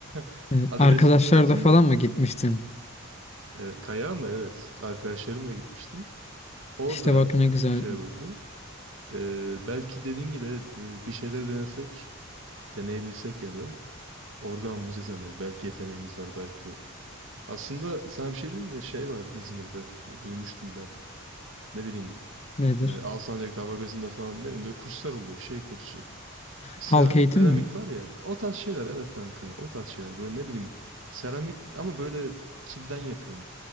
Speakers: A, on the right; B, on the left.
A: <laughs>
B: Evet.
A: Hadi
B: Arkadaşlar
A: resim çizersin
B: da falan
A: de.
B: mı gitmiştin?
A: E, kayağa mı? Evet. Arkadaşlarımla gitmiştim. Orada
B: İşte bak ne güzel
A: şey oldu. Ee, belki dediğin gibi evet, e, bir şeyleri denesek, deneyebilsek ya da orada anlayacağız hani belki yeteneğimiz var belki yok. Aslında sana bir şey diyeyim mi? Şey var İzmir'de e, duymuştum ben. Ne bileyim
B: nedir?
A: e, Alsancak'ta Hava Gazı'nda falan ne bileyim böyle kurslar oluyor şey kursu. Seramik
B: Halk eğitim
A: meramik
B: mi?
A: var ya o tarz şeyler evet kanka o tarz şeyler böyle ne bileyim seramik ama böyle kilden yapıyorsun.